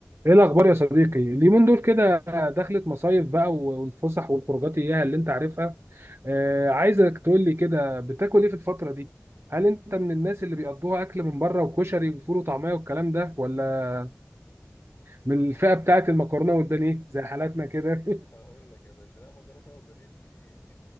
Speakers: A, on the right; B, on the left.
A: ايه الاخبار يا صديقي اليومين دول كده دخلت مصايف بقى والفسح والخروجات اياها اللي انت عارفها آه عايزك تقول لي كده بتاكل ايه في الفتره دي هل انت من الناس اللي بيقضوها اكل من بره وكشري وفول وطعميه والكلام ده ولا من الفئه
B: هقول
A: بتاعه
B: لك
A: المكرونه والبانيه زي حالاتنا كده
B: هقول لك يا باشا لا مكرونه وبانيه دي <laughs>